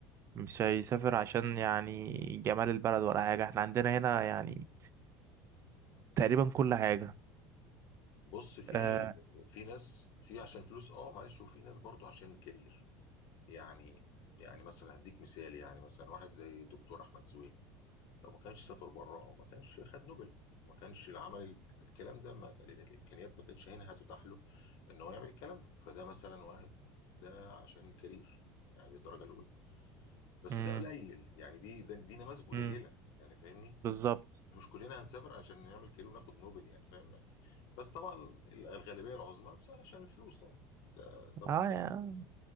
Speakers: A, on the right; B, on the left.
A: مش
B: أكيد.
A: هيسافر عشان يعني جمال البلد ولا حاجه احنا عندنا هنا يعني تقريبا كل حاجه
B: بص في
A: آه
B: في ناس في عشان فلوس اه معلش وفي ناس برضو عشان الكارير يعني يعني مثلا هديك مثال يعني مثلا واحد زي دكتور احمد زويل لو ما كانش سافر بره ما كانش خد نوبل ما كانش العمل ال- الكلام ده ما لأن الامكانيات ما كانتش هنا هتتاح له ان هو يعمل الكلام ده فده مثلا واحد ده عشان الكارير يعني بالدرجه الاولى بس
A: امم
B: ده قليل يعني دي ده- دي نماذج قليله
A: امم
B: يعني فاهمني
A: بالظبط
B: مش كلنا هنسافر عشان نعمل كارير وناخد نوبل يعني فاهم يعني؟ بس طبعا ال- الغالبيه العظمى بس علشان الفلوس طبعا ده ده
A: اه
B: منطقي
A: يا